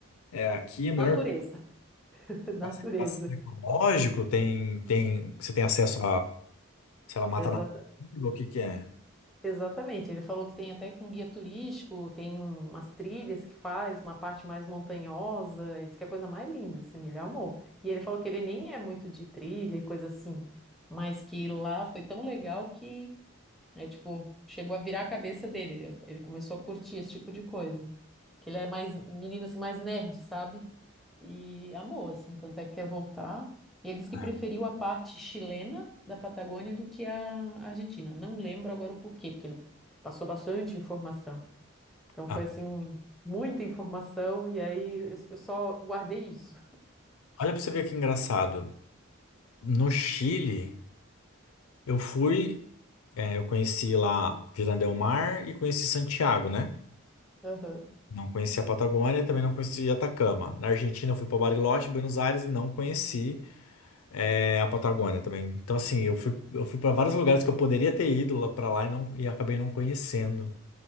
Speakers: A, on the left; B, in the centre.
A: é, aqui é melhor
B: Natureza. <laughs>
A: fazer
B: Natureza.
A: passeio ecológico, tem, tem, você tem acesso a, sei lá, mata
B: Isso.
A: nativa, o que que é?
B: Exatamente, ele falou que tem até com guia turístico, tem umas trilhas que faz, uma parte mais montanhosa, ele disse que é a coisa mais linda, assim, ele amou. E ele falou que ele nem é muito de trilha e coisa assim, mas que lá foi tão legal que, é tipo, chegou a virar a cabeça dele, ele, ele começou a curtir esse tipo de coisa. Que ele é mais, menino assim, mais nerd, sabe? E amou, assim, tanto é que quer voltar. E ele disse que
A: Ah,
B: preferiu a parte chilena da Patagônia do que a Argentina. Não lembro agora o porquê, porque ele passou bastante informação. Então foi
A: ah,
B: assim, muita informação, e aí eu, eu só guardei isso.
A: olha para você ver que engraçado. No Chile, eu fui, é, eu conheci lá Vila del Mar e conheci Santiago, né?
B: Aham.
A: Não conheci a Patagônia, também não conheci Atacama. Na Argentina, eu fui para Bariloche, Buenos Aires e não conheci. é, a Patagônia também. Então, assim, eu fui, eu fui para vários lugares que eu poderia ter ido lá para lá e, não, e acabei não conhecendo.